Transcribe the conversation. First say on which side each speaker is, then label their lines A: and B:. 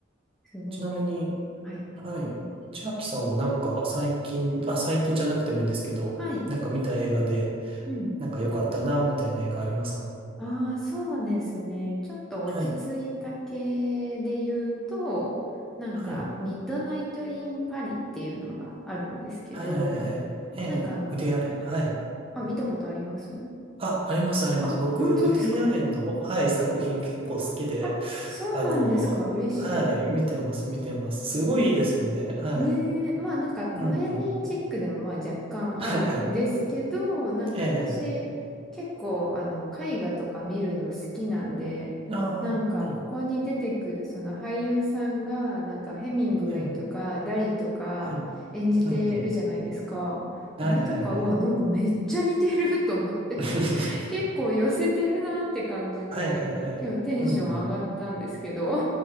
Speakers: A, in the centre; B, on the right.
A: すごい。
B: ちなみに、
A: はい。
B: はい。千秋さんはなんか最近、あ、最近じゃなくてもいいんですけど、
A: はい。
B: なんか見た映画で、
A: うん。
B: なんか良かったなみたいな映画ありますか
A: ああ、そうですね。ちょっと落ち着いた系で言うと、
B: はい。
A: なんか、
B: はい。
A: ミッドナイト・イン・パリっていうのがあるんですけど、
B: はいはいはい。ええ、
A: なんか、
B: ウディアレン。
A: こ
B: はい。
A: あ、見たことあります
B: あ、ありますあります。
A: あ、
B: 僕、
A: 本当ですか
B: ウディアレンの、はい、作品結構好きで、
A: あ、そうなんですか。
B: あの、
A: 嬉しい。
B: はい、見てます、見てます。すごいいいですよね。はい。
A: ねえ、まあなんかコメディチックでもまあ若干あるんですけど、
B: うんうん。はいはい。
A: なんか私結構あの絵画とか見るの好きなんで、
B: ええ。ああ、
A: なんかここに出てくるその俳優さんがなんかヘミングウェイとかダリとか演じてるじゃないですか。
B: はい。ええ、はい。うんうん。はいはいはい。
A: あれとか、うわ、なんかめっちゃ似てる <laughs> と思って
B: <laughs>
A: <laughs> 結構寄せてるなって感じで、
B: はいはいはい。
A: 結構テンション上がったんですけど
B: うんうん。